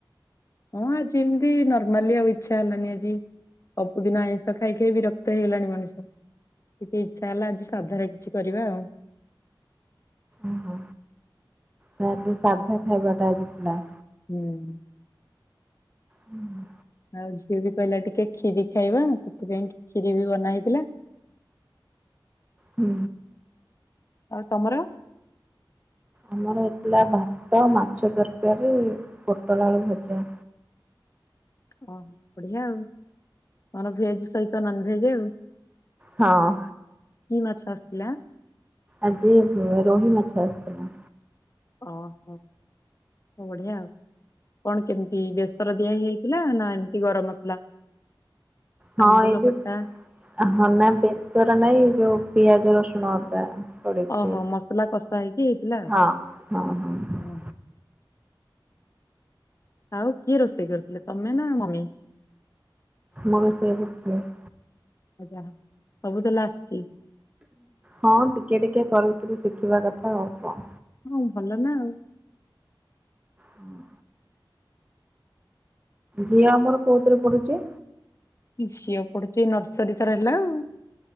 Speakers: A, on the left (about 35°); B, on the right (about 15°).
A: ହଁ ଆଜି ଏମିତି ନର୍ମାଲି ଆଉ ଇଚ୍ଛା ହେଲାନି ଆଜି। ସବୁଦିନ ଆଇଁଷ ଖାଇ ଖାଇ ବିରକ୍ତ ହେଇଗଲାଣି ମଣିଷ। ଟିକେ ଇଚ୍ଛା ହେଲା ଆଜି ସାଧାରେ କିଛି କରିବା ଆଉ।
B: ଓହୋ ତାଲେ ସାଧା ଖାଇବାଟା ଆଜିିଥିଲା।
A: ହୁଁ।
B: ହୁଁ।
A: ଆଉ ଝିଅ ବି କହିଲା ଟିକେ କ୍ଷିରି ଖାଇବା ସେଥିପାଇଁ ଖିରି ବି ବନା ହେଇଥିଲା।
B: ହୁଁ।
A: ଆଉ ତମର।
B: ଆମର ହେଇଥିଲା ଭାତ ମାଛ ତରକାରୀ ପୋଟଳ ଆଳୁ ଭଜା।
A: ଓହୋ ବଢିଆ ଆଉ, ତମର ଭେଜ ସହିତ ନନଭେଜ ଆଉ।
B: ହଁ।
A: କି ମାଛ ଆସିଥିଲା?
B: ଆଜି ରୋହି ମାଛ ଆସିଥିଲା।
A: ଓହୋ ବଢିଆଉ। କଣ କେମିତି ବେସର ଦିଆ ହେଇଥିଲା ନା ଏମିତି ଗରମ ମସଲା?
B: ହଁ
A: ଆମ୍ବୁଲ
B: ଏଇ ଯୋଉ
A: ଖଟା
B: ନା ବେସର ନାଇଁ ଏଇ ଯୋଉ ପିଆଜ, ରସୁଣ, ଅଦା ପ
A: ଓହୋ
B: ହଁ
A: ମସଲା କଷା ହେଇକି ହେଇଥିଲା ଆଉ।
B: ହଁ ହଁ <unintelligible>
A: ହୁଁ ଆଉ କିଏ ରୋଷେଇ କରିଥିଲେ, ତମେ ନା ମମି?
B: ମମି ସେଇ କରଛି। <inaudible>
A: ଆଚ୍ଛା ସବୁ ତାହେଲେ ଆସିଛି।
B: ହଁ ଟିକେ ଟିକେ କରିକିରି ଶିଖିବା କଥା ଆଉ କଣ।
A: ହୁଁ ଭଲ ନା ଆଉ?
B: ହୁଁ। ଝିଅ ଆମର କୋଉଥିରେ ପଢୁଛି?
A: ଝିଅ ପଢୁଛି ନର୍ସରୀ ତାର ହେଲା ଆଉ।